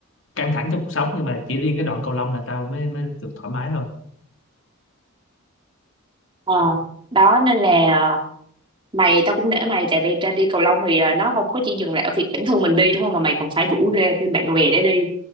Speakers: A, on the left; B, on the right.
A: căng thẳng trong cuộc sống nhưng mà chỉ riêng cái đoạn cầu lông là tao mới mới được thoải mái thôi
B: Ờ, đó nên là mày tao cũng nể mày tại vì ra đi cầu lông thì à, nó không có chỉ dừng lại ở việc bản thân mình đi đúng không mà mày còn phải rủ rê thêm bạn bè để đi